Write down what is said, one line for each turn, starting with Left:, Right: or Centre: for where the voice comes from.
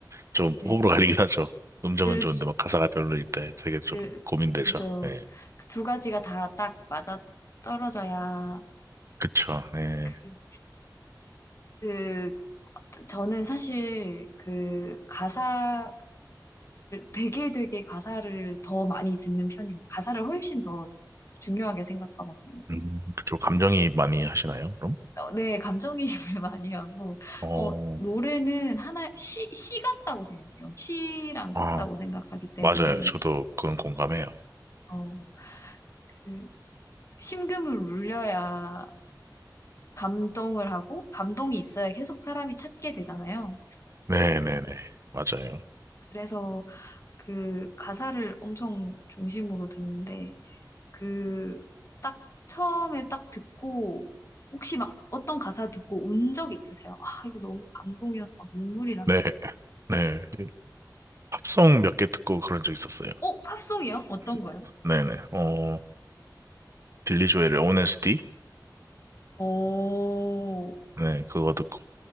Right: 좀
Left: 네.
Right: 호불호 갈리긴 하죠. 음정은
Left: 그,
Right: 좋은데 막 가사가 별로일 때 되게 좀
Left: 그,
Right: 고민되죠.
Left: 그죠.
Right: 네.
Left: 그두 가지가 다 딱 맞아 떨어져야,
Right: 그쵸. 네.
Left: 그, 그, 저는 사실 그 가사를 되게 되게 가사를 더 많이 듣는 편이고, 가사를 훨씬 더 중요하게 생각하거든요.
Right: 음, 그쪽 감정이 많이 하시나요, 그럼?
Left: 어, 네, 감정이입을 <laughs> 많이 하고,
Right: 어,
Left: 어, 노래는 하나, 시, 시 같다고 생각해요. 시랑
Right: 아,
Left: 같다고 생각하기 때문에,
Right: 맞아요. 저도 그건 공감해요.
Left: 어, 그 심금을 울려야 감동을 하고, 감동이 있어야 계속 사람이 찾게 되잖아요.
Right: 네네네. 맞아요.
Left: 그래서 그 가사를 엄청 중심으로 듣는데, 그, 딱, 처음에 딱 듣고, 혹시 막 어떤 가사 듣고 운 적 있으세요? 아, 이거 너무 감동이어서 막 눈물이 나.
Right: 네. 네. 팝송 몇 개 듣고 그런 적 있었어요.
Left: 어, 팝송이요? 어떤 거요?
Right: 네네. 어, 빌리 조엘의 h o n s t
Left: 오,
Right: 네, 그거 듣고